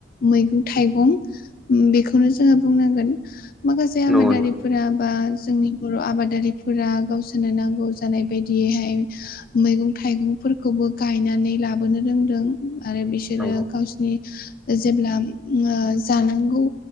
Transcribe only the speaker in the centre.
नंगौ नोंथां
नंगौ